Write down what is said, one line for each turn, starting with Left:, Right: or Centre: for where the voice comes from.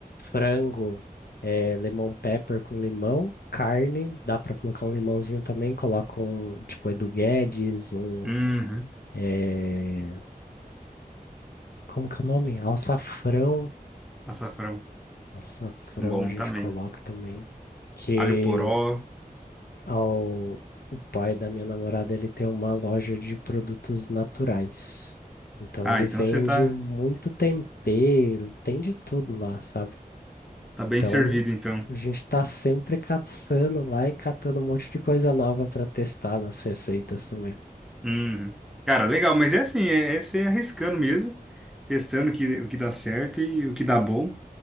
Left: frango, é, lemon pepper com limão, carne, dá pra colocar um limãozinho também, coloca um, tipo, Edu Guedes, um,
Centre: Uhum.
Left: é, como que é o nome? Alçafrão,
Centre: Açafrão.
Left: açafrão
Centre: Bom
Left: a gente
Centre: também.
Left: coloca também, que
Centre: Alho poró.
Left: ao, o pai da minha namorada, ele tem uma loja de produtos naturais, então
Centre: Ah,
Left: ele
Centre: então
Left: vende
Centre: você tá,
Left: muito tempero, tem de tudo lá, sabe?
Centre: tá bem
Left: Então,
Centre: servido, então.
Left: a gente está sempre caçando lá e catando um monte de coisa nova para testar nas receitas também.
Centre: Uhum. Cara, legal, mas é assim, é, é você arriscando mesmo, testando o que, o que dá certo e o que dá bom.